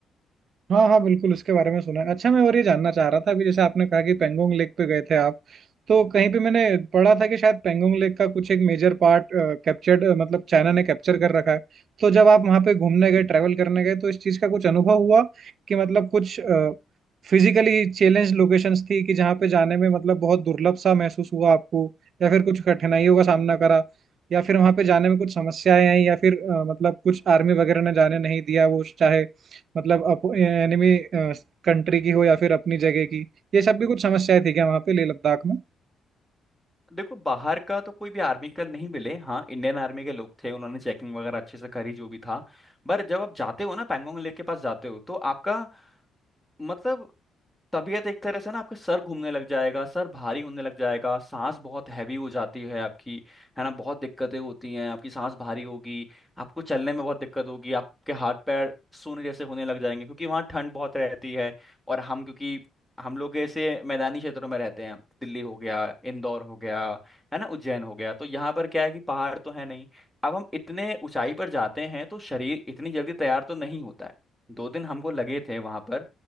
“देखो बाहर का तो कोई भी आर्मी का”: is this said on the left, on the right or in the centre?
Centre